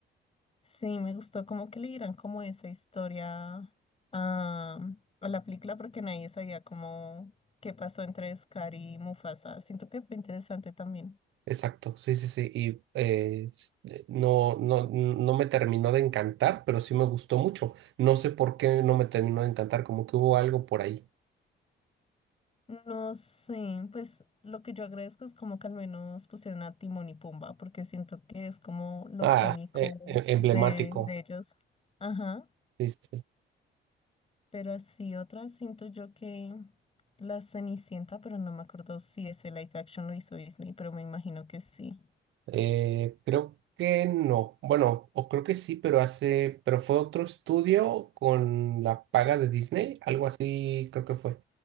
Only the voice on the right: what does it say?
exacto, sí, sí, sí, y eh, s- eh, no, no, no me terminó de encantar, pero sí me gustó mucho. No sé por qué no me terminó de encantar, como que hubo algo por ahí.
Ah,
eh, em- emblemático.
Sí, sí, sí.
Eh, creo que no. Bueno, o creo que sí, pero hace, pero fue otro estudio con la paga de Disney, algo así creo que fue.